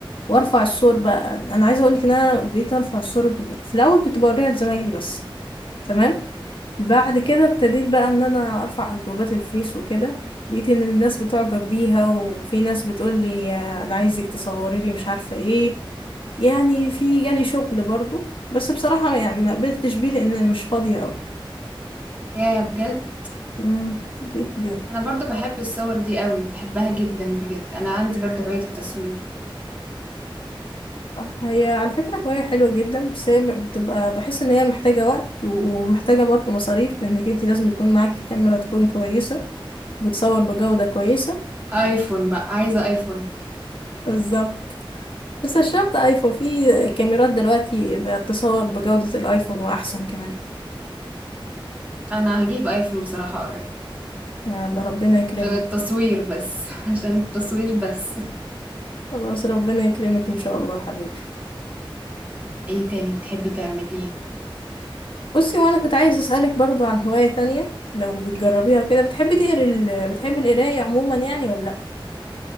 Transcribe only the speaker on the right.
يا بجد
أنا برضو بحب الصور دي قوي بحبها جدا بجد أنا عندي برضو هواية التصوير
آيفون بقى عايزة آيفون
أنا هجيب آيفون بصراحة قريب
عشان التصوير بس <laughs> عشان التصوير بس
ايه تاني بتحبي تعمليه